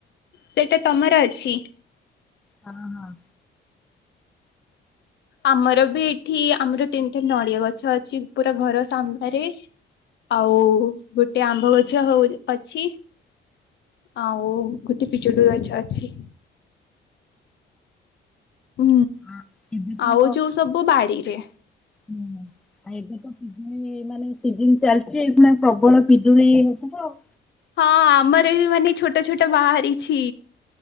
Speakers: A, on the left; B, in the centre.
A: ସେଇଟା ତମର ଅଛି।
B: ହଁ ହଁ।
A: ଆମର ବି ଏଠି ଆମର ତିନିଟା ନଡିଆ ଗଛ ଅଛି ପୁରା ଘର ସାମ୍ନାରେ। ଆଉ ଗୋଟେ ଆମ୍ବ ଗଛ ହଉ ଅଛି। ଆଉ ଗୋଟେ ପିଜୁଳି ଗଛ ଅଛି। ହୁଁ
B: ଆଁ ଏବେ ତ
A: ଆଉ ଯୋଉ ସବୁ ବାଡିରେ।
B: ହୁଁ ଆଉ ଏବେ ତ ପିଜୁଳି ମାନେ ସିଜିନ୍ ଚାଲିଛି ଏଖୁଣା ପ୍ରବଳ। ପିଜୁଳି ହଉ ଥିବ।
A: ହଁ ଆମର ବି ମାନେ ଛୋଟ ଛୋଟ ବାହାରିଛି।